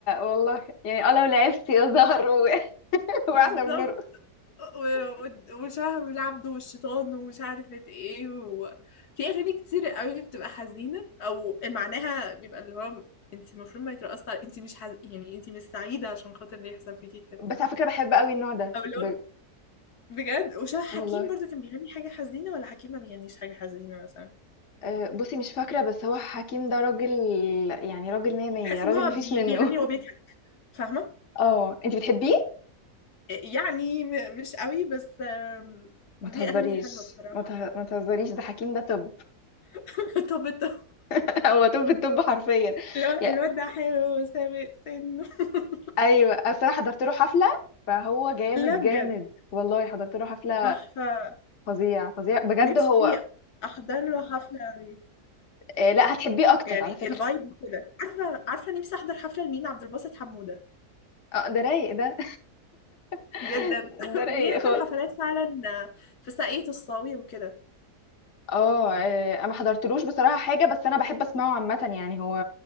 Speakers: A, on the left (about 50°); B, on the left (about 75°).
A: والله يعني اه لو لعبت يا زهر و...
B: <laughs>
A: <laughs>
B: بالظبط
A: واحنا بنرقص
B: و- و- وشهم العبد والشيطان ومش عارفة ايه و... في أغاني كتير قوي بتبقى حزينة أو معناها بيبقى اللي هو انت المفروض ما يترقصش على انت مش حز... يعني انت مش سعيدة عشان خاطر اللي يحصل فيكي كده
A: بس على فكرة بحب قوي النوع ده
B: أو اللي
A: ب...
B: هو بجد وشاه حكيم
A: والله
B: برضو كان بيغني حاجة حزينة ولا حكيم ما بيغنيش حاجة حزينة مثلا
A: أه بصي مش فاكرة بس هو حكيم ده راجل يعني راجل مية مية
B: بحس
A: راجل
B: ان هو
A: مفيش
B: بي-
A: منه
B: بيغني
A: <laughs>
B: وهو بيضحك فاهمة
A: اه انتي بتحبيه؟
B: يعني م- مش قوي بس آم،
A: ما
B: ليه
A: تهزريش
B: أغاني حلوة الصراحة
A: ما, ته... ما تهزريش ده حكيم ده طب
B: <laughs> طب طب
A: <laughs> هو طب الطب حرفيا
B: الو-
A: يا...
B: الواد ده حلو سابق سنه <laughs>
A: ايوه اصل انا حضرت له حفلة فهو جامد
B: لا بجد
A: جامد والله حضرت له حفلة
B: تحفة
A: فظيع فظيع بجد
B: نفسي
A: هو
B: أحضر له حفلة عليه
A: آه، لا هتحبيه اكتر
B: يعني
A: على فكرة
B: الفايب كده عارفة عارفة نفسي أحضر حفلة لمين عبد الباسط حمودة
A: اه ده رايق ده <laughs>
B: جدا <laughs>
A: ده رايق
B: بيعمل
A: خالص
B: حفلات فعلا في ساقية الصاوي وكده
A: اه آه، انا ما حضرتلوش بصراحه حاجه بس انا بحب اسمعه عامه يعني هو